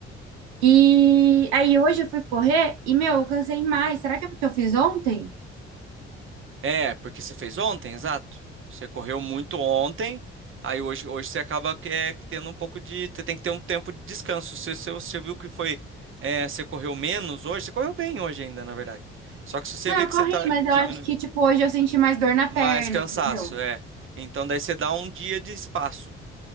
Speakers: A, on the right; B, on the right.
A: E aí hoje eu fui correr e, meu, eu cansei mais. Será que é porque eu fiz ontem?
B: É, porque você fez ontem, exato. Você correu muito ontem, aí hoje, hoje você acaba que é, tendo um pouco de. Você tem que ter um tempo de descanso. Se você, você viu que foi. é, você correu menos hoje, você correu bem hoje ainda, na verdade. Só que se você
A: Não,
B: vê
A: eu
B: que
A: corri,
B: você está
A: mas
B: diminuindo
A: eu acho que, tipo, hoje eu senti mais dor na perna,
B: mais cansaço,
A: entendeu?
B: é. Então daí você dá um dia de espaço.